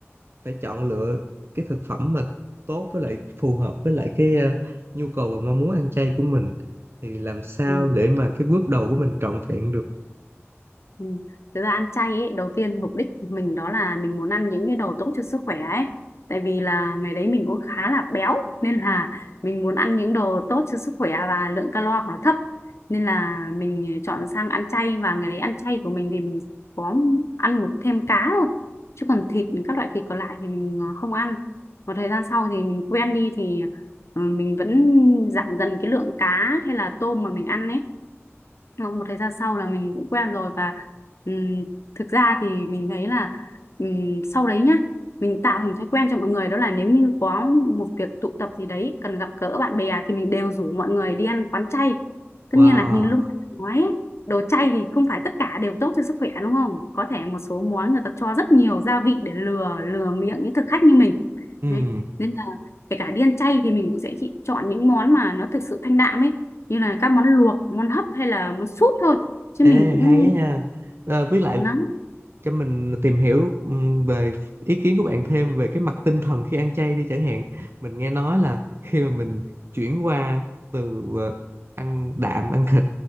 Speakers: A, on the right; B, on the left.
A: phải chọn lựa cái thực phẩm mà tốt với lại phù hợp với lại cái ờ, nhu cầu và mong muốn ăn chay của mình thì làm sao
B: ừ.
A: để mà cái bước đầu của mình trọn vẹn được
B: Ừ. Thực ra ăn chay ấy, đầu tiên mục đích của mình đó là mình muốn ăn những cái đồ tốt cho sức khỏe ấy. Tại vì là ngày đấy mình cũng khá là béo nên là mình muốn ăn những đồ tốt cho sức khỏe và lượng calo của nó thấp. Nên là mình chọn sang ăn chay và ngày đấy ăn chay của mình thì mình có ăn một thêm cá thôi. Chứ còn thịt các loại thịt còn lại thì mình ờ, không ăn. Một thời gian sau thì mình quen đi thì ờ, mình vẫn giảm dần cái lượng cá hay là tôm mà mình ăn ấy sau một thời gian sau là mình cũng quen rồi và ừm, thực ra thì mình thấy là ừm, sau đấy nhá mình tạo thành thói quen cho mọi người đó là nếu như có một việc tụ tập gì đấy cần gặp gỡ bạn bè thì mình đều rủ mọi người đi ăn quán chay tất
A: wow
B: nhiên là như lúc anh nói ấy, đồ chay thì không phải tất cả đều tốt cho sức khỏe đúng không có thể một số món người ta cho rất nhiều gia vị để lừa lừa miệng những thực khách như mình
A: ừ
B: đấy. nên là kể cả đi ăn chay thì mình cũng sẽ chỉ chọn những món mà nó thực sự thanh đạm ấy như là các món luộc món hấp hay là món súp thôi chứ
A: ê
B: mình cũng
A: hay á nha Ờ, với lại
B: nắng
A: cho mình tìm hiểu ừm, về ý kiến của bạn thêm về cái mặt tinh thần khi ăn chay đi chẳng hạn mình nghe nói là khi mà mình chuyển qua từ ờ, ăn đạm ăn thịt